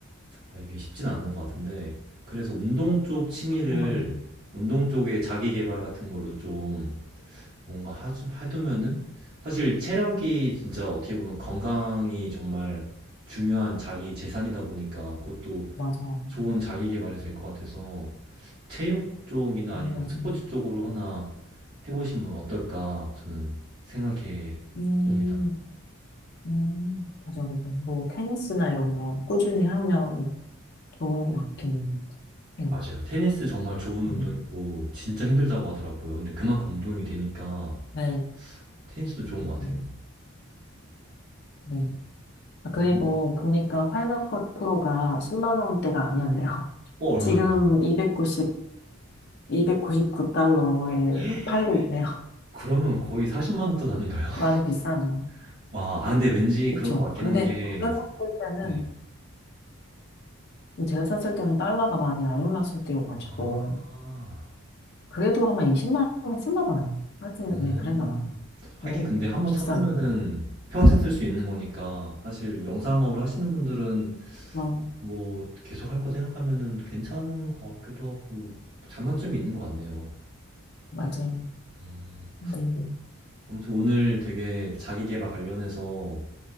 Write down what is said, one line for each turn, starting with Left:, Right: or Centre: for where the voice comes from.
Right: 아, 이게 쉽진 않은 것 같은데 그래서 운동 쪽 취미를
Left: 그건 그래요.
Right: 운동 쪽에 자기 개발 같은 걸로 좀 뭔가 하, 해두면은 사실 체력이 진짜 어떻게 보면 건강이 정말 중요한 자기 재산이다 보니까 그것도
Left: 맞아요.
Right: 좋은 자기 개발이 될 것 같아서 체육 쪽이나 아니면
Left: 음, 나중에.
Right: 스포츠 쪽으로 하나 해보시면 어떨까 저는 생각해
Left: 음,
Right: 봅니다.
Left: 음, 맞아, 맞아. 뭐, 테니스나 이런 거 꾸준히 하면 좋은 것 같긴 해요.
Right: 맞아요. 테니스 정말 좋은
Left: 네.
Right: 운동이고 진짜 힘들다고 하더라고요. 근데 그만큼 운동이 되니까
Left: 네.
Right: 테니스도 좋은 것
Left: 네.
Right: 같아요.
Left: 네. 아, 그리고
Right: 음.
Left: 보니까 파이널 컷 프로가 10만 원대가 아니었네요. <laughs>
Right: 어, 얼마
Left: 지금
Right: 정도요?
Left: 2 9백구9구달러에
Right: <gasps>
Left: 팔고 있네요. <laughs>
Right: 그러면 거의 40만 원 돈 아닌가요? <laughs>
Left: 많이 비싸네요.
Right: 와, 아, 근데 왠지
Left: 그쵸.
Right: 그럴 것 같긴
Left: 근데
Right: 한 게,
Left: 제가 샀을 때는,
Right: 네.
Left: 네. 제가 샀을 때는 달러가 많이 안 올랐을 때여가지고,
Right: 아,
Left: 그래도 아마 20만 원 했나 봐요. 하여튼,
Right: 음.
Left: 네, 그랬나 봐요.
Right: 하긴
Left: 네,
Right: 근데 한 번
Left: 비싸네요.
Right: 사두면은 평생 쓸 수 있는 거니까 사실 영상업을 하시는 분들은
Left: 어,
Right: 뭐 계속 할 거 생각하면은 괜찮은 것 같기도 하고 장단점이 있는 것 같네요.
Left: 맞아요.
Right: 음.
Left: 네, 네.
Right: 아무튼 오늘 되게 자기계발 관련해서